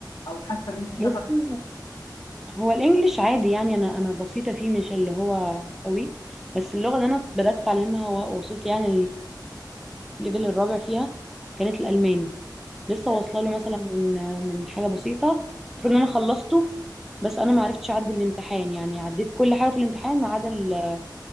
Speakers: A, on the left; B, in the centre.
A: او حاسه ان انت شغف
B: بصي هو الانجليش عادي يعني انا انا بسيطه فيه مش اللي هو قوي بس اللغه اللي انا بدات اتعلمها ووصلت يعني الليفل الرابع فيها كانت الالماني لسه
A: حلو
B: واصله له مثلا من من حاجه بسيطه المفروض ان انا خلصته بس انا ما عرفتش اعدي الامتحان يعني عديت كل حاجه في الامتحان ما عدا ال-